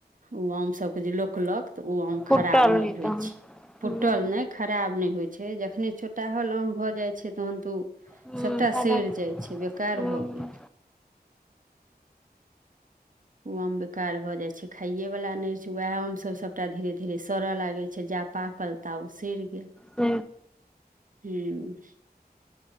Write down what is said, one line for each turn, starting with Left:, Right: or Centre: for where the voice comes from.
Right: ओ आम सबके जे लोकलक तऽ ओ आम
Centre: फुटल
Right: खराब
Centre: नहि
Right: नइ होइ
Centre: तहन
Right: छइ फुटल
Centre: हूँ
Right: नहि खराब नहि होइ छै जखने छोटाहल आम भऽ जाइत छै तहन तऽ ओ
Centre: हूँ
Right: सबटा
Centre: खराब
Right: सइर जाइ छै बेकार
Centre: हूँ
Right: भऽ गेल ओ आम बेकार भऽ जाइ छै खाइएवला नय रह छै उएह आमसब सबटा धीरे धीरे सड़य लागै छै जाप पाकल त उ साएर गेल
Centre: स।
Right: हू।